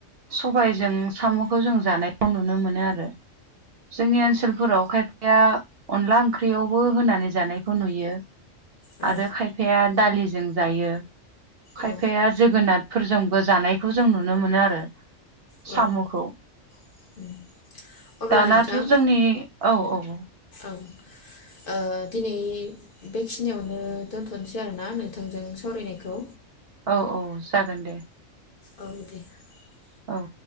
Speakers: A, on the right; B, on the left.
A: सबायजों साम'खौ जों जानायखौ नुनो मोनो आरो। जोंनि ओनसोलफोराव खायफाया अनला ओंख्रियावबो होनानै जानायखौ नुयो
B: औ
A: आरो खायफाया दालिजों जायो। खायफाया
B: औ
A: जोगोनार। फोरजोंबो जानायखौ जों नुनो मोनो आरो।
B: औ
A: साम'खौ।
B: <inaudible> अब्ला
A: दानाथ'
B: नोंथां
A: जोंनि औ औ औ।
B: औ ओ दिनै बेखिनियावनो दोनथ'नोसै आरोना नोंथांजों सावरायनायखौ।
A: औ औ जागोन दे।
B: औ दे <inaudible>
A: औ।